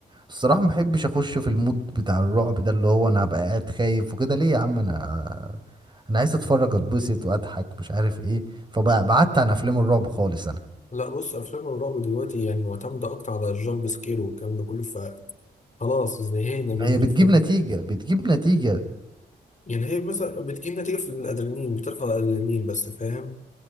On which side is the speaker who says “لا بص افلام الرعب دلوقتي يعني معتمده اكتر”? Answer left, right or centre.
Left